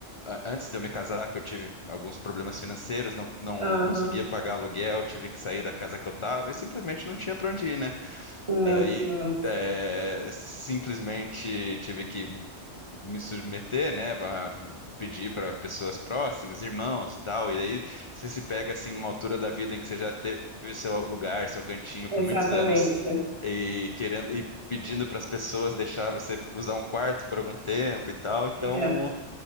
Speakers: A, on the left (about 40°); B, on the right (about 25°).
A: a- antes de eu me casar, que eu tive alguns problemas financeiros, não, não
B: Aham.
A: conseguia pagar aluguel, tive que sair da casa que eu estava e simplesmente não tinha para onde ir, né?
B: Meu
A: Daí
B: Deus.
A: é, simplesmente tive que me submeter, né, a pedir para pessoas próximas, irmãos e tal, e daí você se pega assim numa altura da vida em que você já teve seu lugar, seu cantinho por
B: Exatamente.
A: muitos anos e querendo e pedindo para as pessoas deixar você usar um quarto por algum tempo e tal, então
B: É.